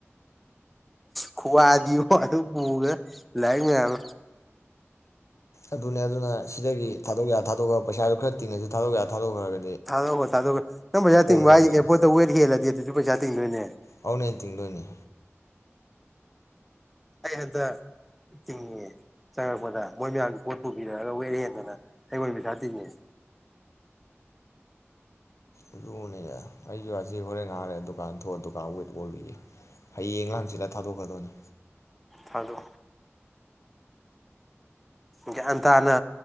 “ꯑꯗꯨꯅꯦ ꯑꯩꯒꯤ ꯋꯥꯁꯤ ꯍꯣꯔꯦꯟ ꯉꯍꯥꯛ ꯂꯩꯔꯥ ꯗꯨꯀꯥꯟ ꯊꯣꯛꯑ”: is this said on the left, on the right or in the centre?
Left